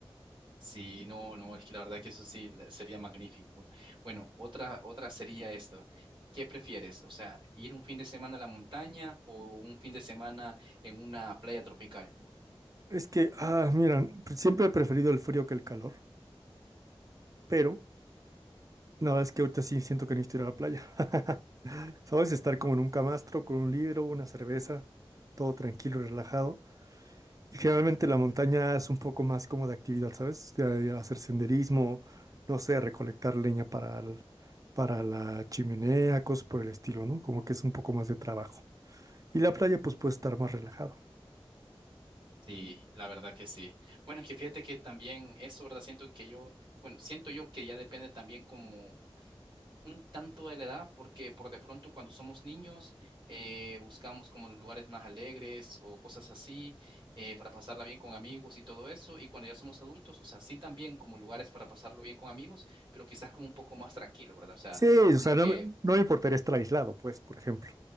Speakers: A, on the right; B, on the right.
A: Sí, no, no, es que la verdad que eso sí le- sería magnífico. Bueno, otra, otra sería esto. ¿Qué prefieres? O sea, ir un fin de semana a la montaña o un fin de semana en una playa tropical.
B: Es que, ah, mira, siempre he preferido el frío que el calor, pero nada, es que ahorita sí siento que necesito ir a la playa. <laughs> ¿Sabes? Estar como en un camastro, con un libro, una cerveza, todo tranquilo, y relajado. Y generalmente la montaña es un poco más como de actividad, ¿sabes? De, de hacer senderismo, no sé, recolectar leña para, el- para la chimenea, cosas por el estilo, ¿no? Como que es un poco más de trabajo. Y la playa, pues, puede estar más relajado.
A: Sí, la verdad que sí. Bueno, es que fíjate que también eso, ¿verdad? Siento que yo, bueno, siento yo que ya depende también como. un tanto de la edad, porque por de pronto cuando somos niños eh, buscamos como los lugares más alegres o cosas así eh, para pasarla bien con amigos y todo eso, y cuando ya somos adultos, o sea, sí también como lugares para pasarlo bien con amigos, pero quizás como un poco más tranquilo, ¿verdad? O sea,
B: Sí, o
A: como
B: sea, no
A: que,
B: me, no me importaría estar aislado, pues, por ejemplo.